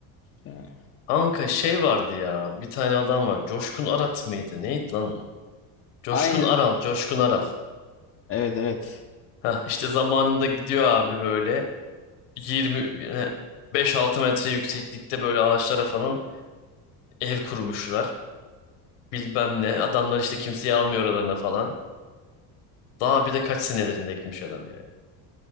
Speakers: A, on the left (about 30°); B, on the left (about 85°).
A: Yani
B: Kanka şey vardı ya bir tane adam var Coşkun Arat mıydı neydi lan o? Coşkun
A: Aynen.
B: Aral Coşkun Aral.
A: Evet evet.
B: Ha işte zamanında gidiyor abi böyle. 20 beş altı metre yükseklikte böyle ağaçlara falan ev kurmuşlar. Bilmem ne. Adamlar işte kimseyi almıyor oralarına falan. Daha bir de kaç senelerinde gitmiş adam yani.